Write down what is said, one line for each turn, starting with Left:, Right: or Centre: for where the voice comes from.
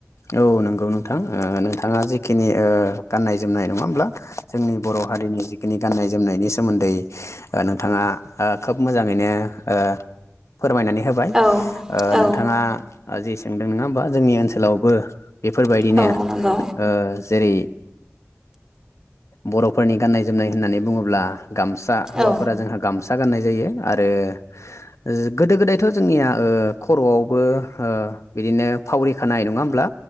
Left: औ नंगौ नोंथां ओ नोंथाङा जेखि खिनि ओ गाननाय जोमनाय नङा होमब्ला जोंनि बर' हारिनि जिखिनि गाननाय जोमनायनि सोमोन्दै ओ नोंथाङा ओ खोब मोजाङैनो ओ फोरमायनानै होबाय
Right: औ
Left: ओ
Right: औ
Left: नोंथाङा ओ जि सोंदों नोंथङा होमबा जोंनि ओनसोलावबो बेफोरबायदिनो
Right: औ नंगौ
Left: ओ जेरै बर'फोरनि गाननाय जोमनाय होननानै बुङोब्ला गामसा हौवाफोरा
Right: औ
Left: जोंहा गामसा गाननाय जायो आरो ओ गोदो गोदायथ' जोंनिया ओ खर'आवबो ओ बिदिनो फावरिखानाय नङा होम ब्ला